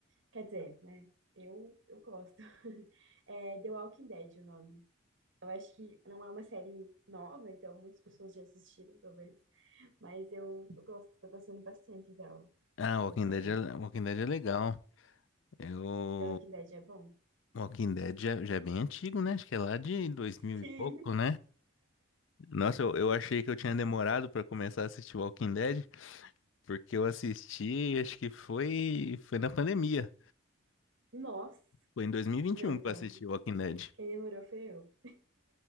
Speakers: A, on the right (about 70°); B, on the left (about 70°).
A: Quer dizer, né? Eu, eu gosto. <laughs> É The Walking Dead, o nome. Eu acho que não é uma série nova, então muitas pessoas já assistiram, talvez. Mas eu, eu gosto, tô gostando bastante dela,
B: Ah,
A: essa
B: Walking
A: série.
B: Dead é, Walking Dead é legal. Eu,
A: The Walking Dead é bom.
B: Walking Dead já, já é bem antigo, né? Acho que é lá de dois mil
A: Sim.
B: e pouco, né? Nossa, eu, eu achei que eu tinha demorado pra começar a assistir Walking Dead, porque eu assisti, acho que foi, foi na pandemia.
A: <laughs> Nossa.
B: Foi em 2021
A: Não, então,
B: que eu assisti Walking Dead.
A: quem demorou foi eu.